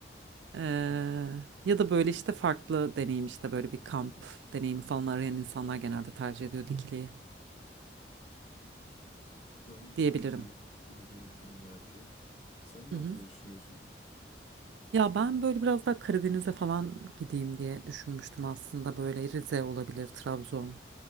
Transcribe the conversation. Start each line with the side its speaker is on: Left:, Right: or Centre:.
Right: Eee, ya da böyle işte farklı deneyim işte böyle bir kamp deneyimi falan arayan insanlar genelde tercih ediyor dikiliyi
Left: Güzel Dikili'ye
Right: diyebilirim.
Left: de uğrayabilirim belki. Sen ne
Right: Hı
Left: yapmayı
Right: hı.
Left: düşünüyorsun?
Right: Ya ben böyle biraz daha Karadeniz'e falan gideyim diye düşünmüştüm aslında böyle Rize olabilir, Trabzon,